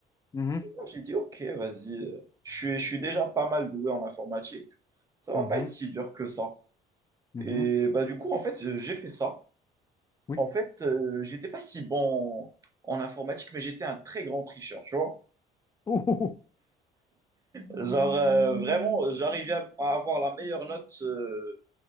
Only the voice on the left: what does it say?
mhm,
mhm,
mhm.
Oui.
Oh, oh,